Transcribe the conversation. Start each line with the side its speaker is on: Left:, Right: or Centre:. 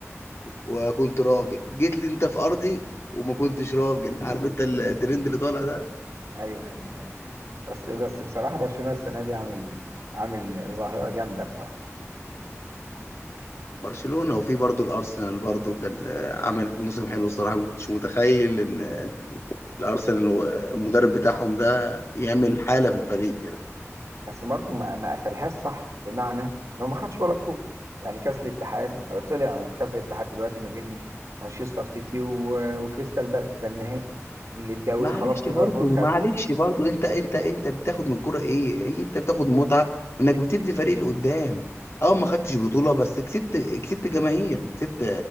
Left: وكنت راجل جيت لي انت في ارضي وما كنتش راجل عارف انت الترند اللي طالع ده
Right: ايوه ايوه ايوه بس بس بصراحه برشلونه السنه دي عامل عامل ظاهره جامده بصراحه
Left: برشلونة وفي برضه الارسنال برضه كان آه، عملت موسم حلو الصراحة ما كنتش متخيل ان الارسنال والمدرب بتاعهم ده يعمل حالة في الفريق
Right: بس برضه ما ما قفلهاش صح بمعنى ان هو ما خدش ولا بطوله يعني كاس الاتحاد طلع كاس الاتحاد دلوقتي ما بين مانشستر سيتي و- وكريستال بالاس ده النهائي الدوري
Left: معلش
Right: خلاص ليفربول
Left: برضه
Right: خده
Left: معلش برضه انت انت انت بتاخد من الكوره ايه؟ ايه انت بتاخد متعه انك بتبني فريق اللي قدام اه ما خدتش بطوله بس كسبت كسبت جماهير كسبت